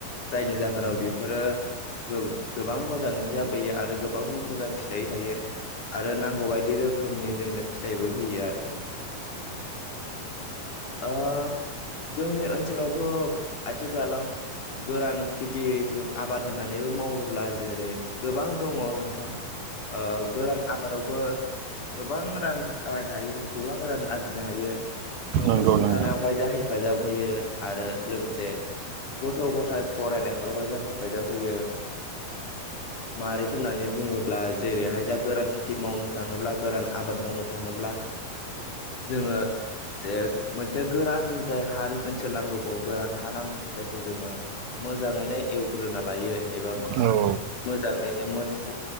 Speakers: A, on the left (about 55°); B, on the right (about 70°).
A: जायनि जाहोनाव बेफोरो गोब गोबां मोजाङैनो जाबोयो आरो गोबां मोजां फिथाइ थायो आरो नांगौबायदि रो खोमनि जोंनो फिथाइबो होयो आरो। ओ जोंनि ओनसोलावथ' आथिखालाव गोरान खेथि आबाद होनानैबो मावोब्ला जेरै गोबां दङ नोंथां। ओ गोरान आबादाव बो गोबां रां खामायनो हायो गोबां रां आरजिनो हायो। न'खर
B: नंगौ
A: सुंथानायावहाय
B: नोंथां
A: जा हेफाजाब होयो आरो लोगोसे गथ' गथाय फरायनायफोरावबो जा हेफाजाब होयो। मारैख होननानै बुङोब्ला जेरैहाय जा गोरान खेथि मावनो थाङोब्ला गोरान आबाद मावनो थाङोब्ला। जोङो। जे मोनसे गोरान जाय हा ओनसोल नांग्रोगगौ गोरान हा नांगौ जायखौ जोङो। मोजाङैनो एवग्रोना लायो एबा
B: नंगौ
A: मोजाङैनो मोसौ